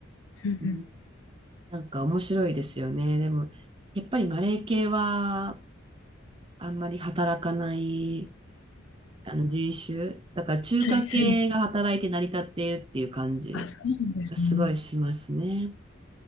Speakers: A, on the left; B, on the right.
A: うんうん。
B: うん、なんか面白いですよね。でも、やっぱりマレー系はあんまり働かないあの人種、だから中華系が働いて成り立っているっていう感じ
A: はいはい。あ、そうなんですね。
B: がすごいしますね。